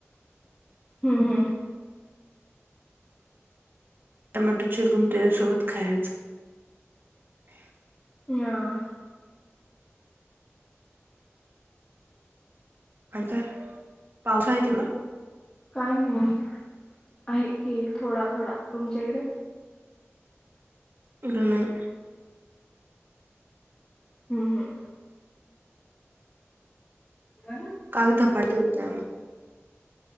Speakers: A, on the left; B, on the right.
A: हम् हम्
B: टमॅटो चिकून त्या सोबत खायचं.
A: ह.
B: आता पाऊस आहे तिकडं?
A: काय नाही आहे की थोडा - थोडा तुमच्याकडे?
B: ऐवढा नाहीय.
A: हम्म हम् या
B: लाल धपाटे केले आम्ही.